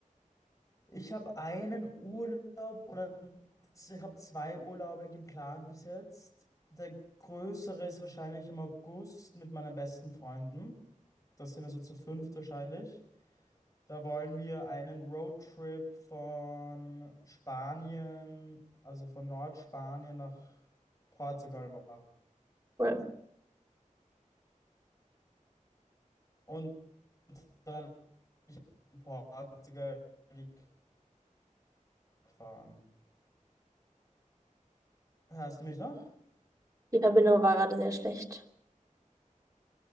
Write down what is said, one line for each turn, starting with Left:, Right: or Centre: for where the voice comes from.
Left: Ich habe einen Urlaub oder ich habe zwei Urlaube geplant bis jetzt. Der größere ist wahrscheinlich im August mit meinen besten Freunden. Das sind also zu fünft wahrscheinlich. Da wollen wir einen Roadtrip von Spanien, also von Nordspanien nach Portugal machen
Right: Cool.
Left: und dann in Portugal die Cup fahren. Hörst du mich noch?
Right: Die Verbindung war gerade sehr schlecht.